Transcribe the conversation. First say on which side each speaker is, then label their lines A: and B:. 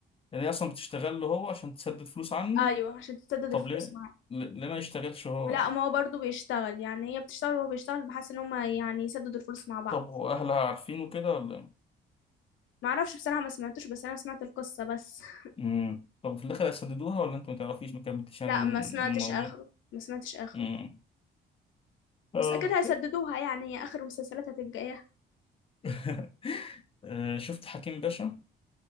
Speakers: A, on the left; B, on the left.
A: يعني هي أصلا بتشتغل له هو عشان تسدد فلوس عنه
B: ايوه عشان تسدد
A: طب
B: الفلوس
A: ليه
B: معاه
A: ليه ليه ما يشتغلش هو
B: لا
A: يعني؟
B: ما هو برضه بيشتغل يعني هي بتشتغل وهو بيشتغل بحيث ان هما يعني يسددوا الفلوس مع بعض
A: طب وأهلها عارفين وكده ولا إيه؟
B: ما اعرفش بصراحه ما سمعتوش بس انا سمعت القصه بس <laughs>
A: امم طب في الاخر هيسددوها ولا انت ما تعرفيش ما كملتيش عن
B: لا ما سمعتش
A: الموضوع
B: اخره ما سمعتش اخره
A: امم اه
B: بس اكيد هيسددوها يعني هي اخر المسلسلات هتبقى ايه
A: <laughs> آه، شفت حكيم باشا